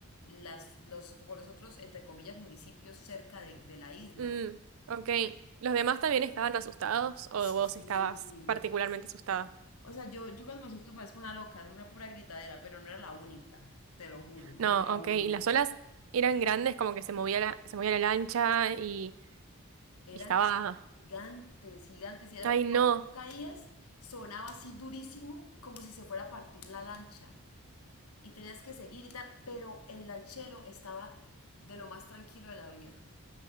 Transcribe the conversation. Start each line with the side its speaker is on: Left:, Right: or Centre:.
Left: las, los, como los otros, entre comillas, municipios cerca de, de la isla.
Right: Mm, ok. ¿Los demás también estaban asustados o
Left: Sí,
Right: vos estabas particularmente asustada?
Left: O sea, yo, yo cuando me asusto parezco una loca, era una pura gritadera, pero no era la única, te lo juro, no
Right: No,
Left: era la
Right: ok.
Left: única.
Right: Y las olas eran grandes, como que se movía la, se movía la lancha y,
Left: Eran
Right: y estaba.
Left: gigantes, gigantes, y era
Right: Ay,
Left: como
Right: no.
Left: cuando tú caías, sonaba así durísimo, como si se fuera a partir la lancha, y tenías que seguir y tal, pero el lanchero estaba de lo más tranquilo de la vida.